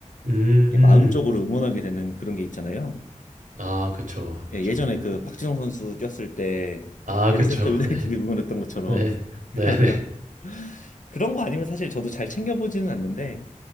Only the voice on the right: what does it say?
음,
음.
아, 그쵸.
그쵸.
아,
그쵸.
<laughs> 네.
네.
네. 네.